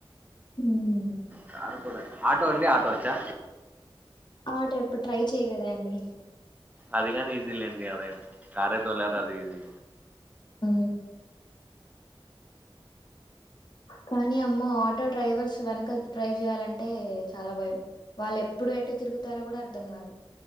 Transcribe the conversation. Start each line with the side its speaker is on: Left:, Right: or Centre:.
Left: ఉమ్
Right: కార్ కూడా ఆటో అండి ఆటో వచ్చా
Left: ఆటో ఎప్పుడు ట్రై చేయలేదు అండి
Right: అధిగాని ఈజీ యే అండి ఆదాయం కారే తోలరు ఈజీ
Left: హ్ కానీ అమ్మ ఆటో డ్రైవర్స్ వెనకాల డ్రైవ్ చేయాలంటే చాలా భయం వాళ్ళు ఎప్పుడు ఎటు తిరుగుతారో కూడా అర్థం కాదు